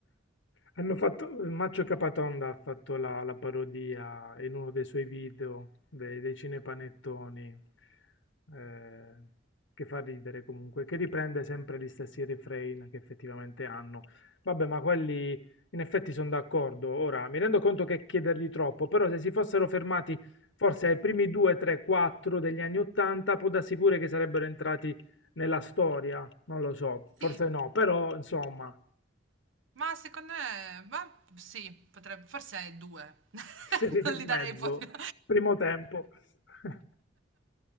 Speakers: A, on the left (about 75°); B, on the right (about 80°).
A: Hanno fatto, Maccio Capatonda ha fatto la, la parodia in uno dei suoi video dei, dei cinepanettoni, eh, che fa ridere comunque, che riprende sempre gli stessi refrain che effettivamente hanno. Vabbè, ma quelli in effetti sono d'accordo. Ora, mi rendo conto che chiedergli troppo, però se si fossero fermati forse ai primi 2, 3, 4 degli anni 80, può darsi pure che sarebbero entrati nella storia, non lo so, forse
B: Sì,
A: no, però insomma...
B: Ma secondo me, ma sì, potrebbe, forse è due. <laughs>
A: Sì, <laughs>
B: Non li darei
A: mezzo.
B: proprio.
A: Primo tempo. <laughs>